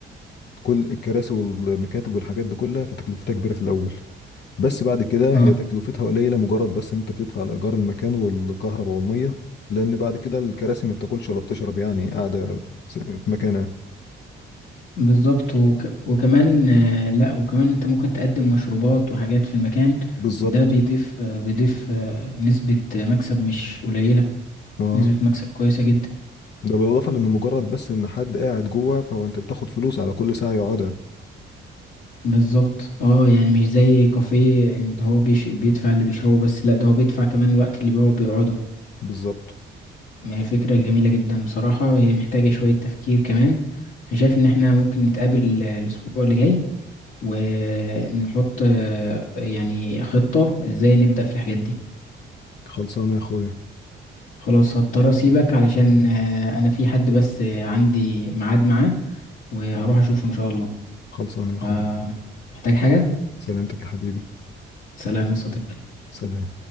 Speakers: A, on the left (about 60°); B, on the left (about 80°).
A: كل الكراسي والمكاتب والحاجات دي كلها فتكلفتها كبيرة في الأول بس بعد كده
B: اه
A: هي تكلفتها قليلة مجرد بس إن أنت بتدفع لإيجار المكان والكهرباء والمية لأن بعد كده الكراسي ما بتاكلش ولا بتشرب يعني قاعدة س- في مكانها
B: بالظبط وك... وكمان آه لا وكمان انت ممكن تقدم مشروبات وحاجات في المكان
A: فبالظبط
B: ده بيضيف آه بيضيف آه نسبة مكسب مش قليلة
A: اه
B: نسبة مكسب كويسة جدا
A: ده بالإضافة لأن مجرد بس إن حد قاعد جوه فهو أنت بتاخد فلوس على كل ساعة يقعدها
B: بالظبط اه يعني مش زي كافيه ان هو بيش... بيدفع اللي بيشربه بس لا ده هو بيدفع كمان الوقت اللي بيقعد بيقعده
A: بالظبط
B: ما هي فكرة جميلة جدا بصراحة هي محتاجة شوية تفكير كمان انا شايف ان احنا ممكن نتقابل آه، الاسبوع اللي جاي ونحط آه، يعني خطة ازاي نبدأ في الحاجات دي
A: خلصانة يا أخويا
B: خلاص هضطر اسيبك علشان آه، انا في حد بس آه، عندي ميعاد معاه وهروح اشوفه ان شاء الله
A: خلصانة
B: فمحتاج
A: يا أخويا
B: حاجة
A: سلامتك يا حبيبي
B: سلام يا صديقي
A: سلام